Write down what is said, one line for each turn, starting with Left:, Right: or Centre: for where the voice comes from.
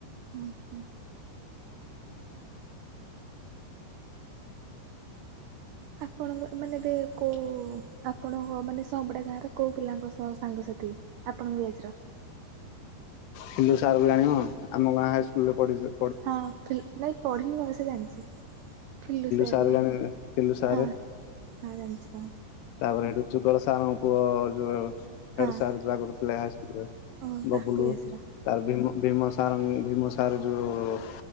Right: ଉଁ ହୁଁ। ଆପଣଙ୍କ ମାନେ ଏବେ କୋଉ ଆପଣଙ୍କ ମାନେ ସମ୍ବଡା ଗାଁର କୋଉ ପିଲାଙ୍କ ସାଙ୍ଗସାଥି ଆପଣଙ୍କ ଏଜେର।
Left: ହେଇ ସାରିଲାଣି ଆଉ ଆମ ଗାଁ ହାଇସ୍କୁଲ ରେ ପଢ଼ିବି ଯେ।
Right: ହଁ ଫିଲ ନାଇଁ ପଢିନି ସେ ଜାଣିଚି। ଫିଲୁ ସାରେ
Left: ସାର୍ ଜାଣି ଫିଲୁ ସାର୍
Right: ହଁ ହ ଜାଣିଚୁ।
Left: ତାପରେ ହେଟୁ ଯୁଗଳ ସାରଙ୍କ ପୁଅ ଯୋଉ ଅଛି ତା
Right: ହଁ
Left: ହେଡ ସାର ଯୋଉ ଆଗରୁ <unintelligible>
Right: ଓହୋ ତାଙ୍କ ବ୍ୟାଚ୍ ର
Left: <unintelligible> ଭୀମ ସାର ଭୀମ ସାର ଯୋଉ